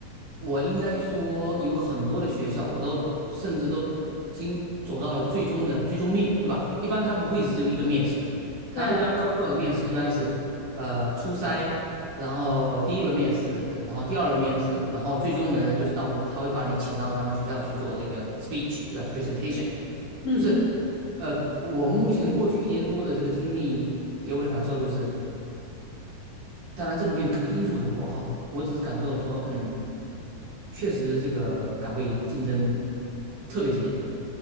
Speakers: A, on the right; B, on the left.
A: 我应该说有很多的学校，我都甚至都经走到了最终的最终面对吧？一般它不会只有一个面试的，它一般高校的面试一般是呃初筛，
B: 对，
A: 然后第一轮面试，然后第二轮面试，然后最终轮呢就是到他会把你请到他们学校去做这个 speech 对吧？presentation
B: 嗯嗯，
A: 就是呃我目前过去一年多的这个经历给我的感受就是。当然这里面肯定因素很多哈，我只是感受说，嗯，确实这个岗位竞争特别激烈。